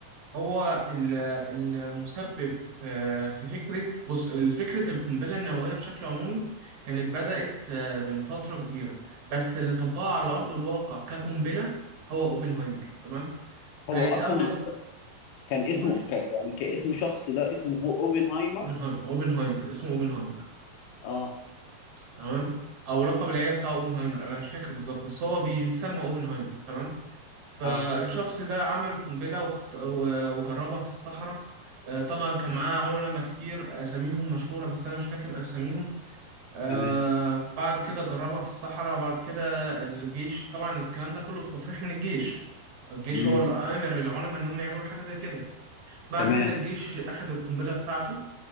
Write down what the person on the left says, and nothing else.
هو
اصلا
كان اسمه
ك يعني كاسم شخص ده اسمه هو اوبنهايمر
اه
اه
تمام
امم
تمام